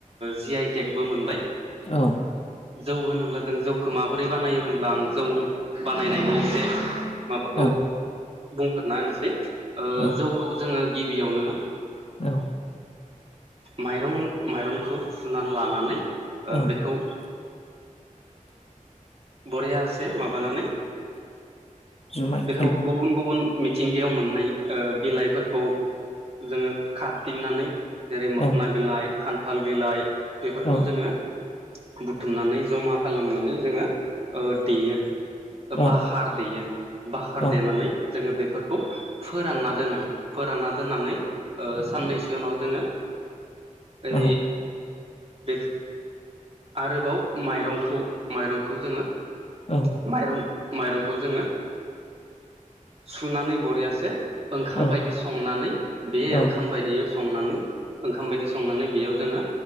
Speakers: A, on the right; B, on the left.
A: जि आइ टेकबो मोनबाय
B: औ
A: जौ होनो होनब्ला जों जौखौ माबोरै बानायो होनब्ला आं जौ बानायनायनि एसे माबाखौ
B: ओं
A: बुंफोरना होनसै
B: औ
A: जौखौ जोङो गिबियावनो
B: औ
A: माइरं माइरंखौ सुनानै लानानै
B: औ
A: बेखौ बररियास माबानानै
B: जुमाय
A: बेखौ
B: खालाम
A: गुबुन गुबुन मिथिंगायाव मोननाय बिलाइफोरखौ जोङो खाबदिंनानै जेरै मोखोना
B: औ
A: बिलाइ खान्थाल बिलाइ बेफोरखौ
B: औ
A: जोङो बुथुमनानै जमा खालामनानै जोङो देयो
B: औ
A: बाहार देयो बाहार
B: औ
A: देनानै जोङो बेफोरखौ फोरानना दोनो फोरानना दोननानै साननैसो उनाव जोङो बै
B: औ
A: बे आरोबाव माइरंखौ माइरंखौ जोङो
B: औ
A: माइरं माइरंखौ जोङो सुनानै बरियासे ओंखाम
B: औ
A: बायदि संनानै बे
B: औ
A: ओंखाम बायदि संनानै ओंखाम बायदि संनानै बेयाव जोङो